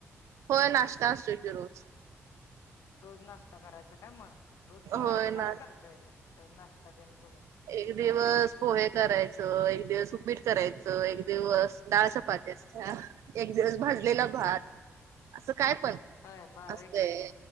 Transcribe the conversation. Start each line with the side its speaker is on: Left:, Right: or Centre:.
Right: होय नाष्टा असतोय की रोज
Left: रोज नाष्टा करायच काय म? रोज
Right: होय
Left: मग असं
Right: ना
Left: काय करतय नाष्टा तेन तुम्ही?
Right: एक दिवस
Left: असं
Right: पोहे करायचं, एक दिवस उपीट करायचं, एक दिवस डाळ चपाती असत्या एक दिवस भाजलेला
Left: हम्म
Right: भात,
Left: हम्म
Right: असं काय पण
Left: होय भारी
Right: असतय
Left: की मग